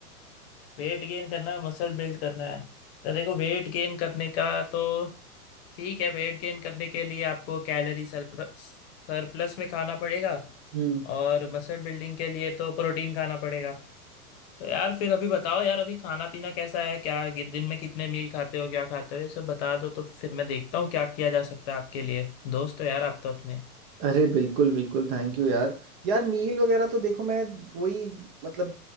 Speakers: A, on the left (about 40°); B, on the right (about 30°).
A: वेट गेन करना है मसल बिल्ड करना है तो देखो वेट गेन करने का तो ठीक है वेट गेन करने के लिए आपको कैलोरी सरप्लस में खाना पड़ेगा
B: हम्म
A: और मसल बिल्डिंग के लिए तो प्रोटीन खाना पड़ेगा तो यार फिर अभी बताओ यार अभी खाना पीना कैसा है क्या कि- दिन में कितने मील खाते हो क्या खाते हो ये सब बता दो तो फिर मैं देखता हूँ क्या किया जा सकता है आपके लिए दोस्त हो यार आप तो अपने
B: अरे बिल्कुल बिल्कुल थैंक यू यार यार मील वगैरह तो देखो मैं वही मतलब